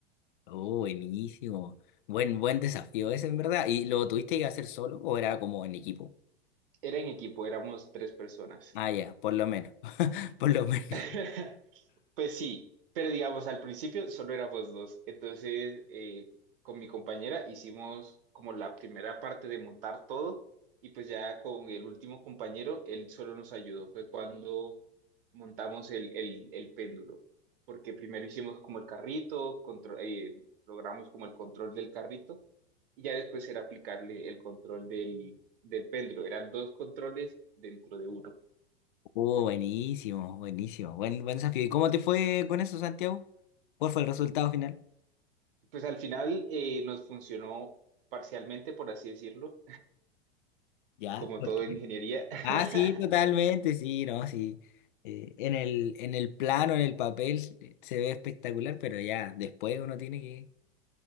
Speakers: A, on the left; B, on the right.
A: Oh, buenísimo. Buen, buen desafío ese, en verdad. ¿Y lo tuviste que hacer solo o era como en equipo?
B: Era en equipo, éramos tres personas.
A: Ah, ya, por lo menos, <laughs> por lo menos.
B: <laughs> Pues sí, pero digamos, al principio solo éramos dos. Entonces, eh, con mi compañera hicimos como la primera parte de montar todo y pues ya con el último compañero, él solo nos ayudó. Fue cuando montamos el, el, el péndulo, porque primero hicimos como el carrito, contro- eh, logramos como el control del carrito y ya después era aplicarle el control del, del péndulo. Eran dos controles dentro de uno.
A: Oh, buenísimo, buenísimo. Buen, buen desafío. ¿Y cómo te fue con eso, Santiago? ¿Cuál fue el resultado final?
B: Pues al final eh, nos funcionó parcialmente, por así decirlo,
A: Ya,
B: como
A: ok.
B: todo en ingeniería. <laughs>
A: Ah, sí, totalmente, sí, no, sí. Eh, en el, en el plano, en el papel, eh, se ve espectacular, pero ya después uno tiene que...